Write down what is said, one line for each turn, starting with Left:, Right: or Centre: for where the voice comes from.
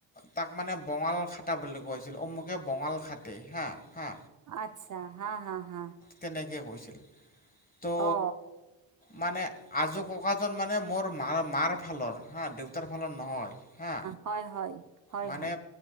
Left: তাক মানে বঙাল খটা বুলি কৈছিল অমুকে বঙাল খাটে হা হা,
Right: আচ্ছা হা হা হা,
Left: কেনেকৈ কৈছিল ত
Right: অ
Left: মানে আজো ককাজন মানে মোৰ মাৰ মাৰ ফালৰ হা দে তাৰ ফালৰ নহয় হা।
Right: হয় হয়। হয়
Left: মানে